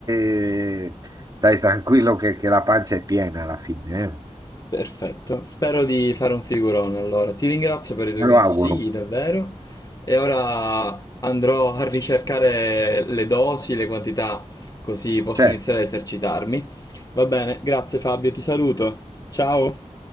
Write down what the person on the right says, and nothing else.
eh, stai tranquillo che, che la pancia è piena alla fine. eh.
Me
lo auguro.
Certo,